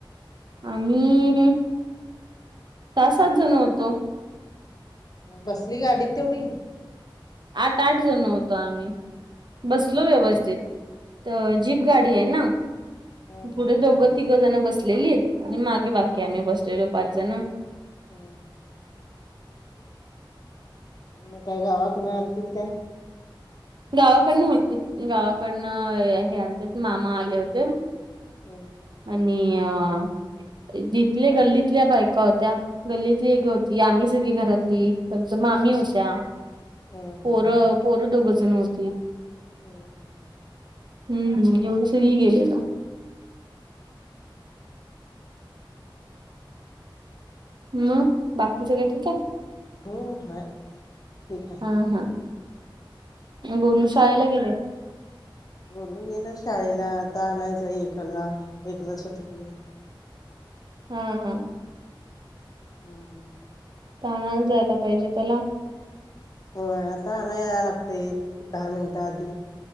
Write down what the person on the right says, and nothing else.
आम्ही, सहा- सात जण होतो.
आठ- आठ जण होत आम्ही. बसलो व्यवस्थित. त.
जीप गाडीय ना,
पुढे दोघं-
तिघं जणं बसलेलीत. आणि मागे
बाकी आम्ही बसलेलो पाच जणं.
गावाकडनं होतीत. गावाकडनं, हे आलते. मामा आले होते.
आणि अ जिथले गल्लीतल्या बायका होत्या. गल्लीतली एक ग होती. आम्ही सगळी घरातली. पंच मामी होत्या.
पोरं, पोरं दोघं जण होती.
हम्म. एवढं सगळी गेलेलो. मग, बाकी सगळे ठीकय.
हा, हा. गोलू शाळेला गेल्या?
हं, हं.
ता आणायला जायला पाहिजे त्याला?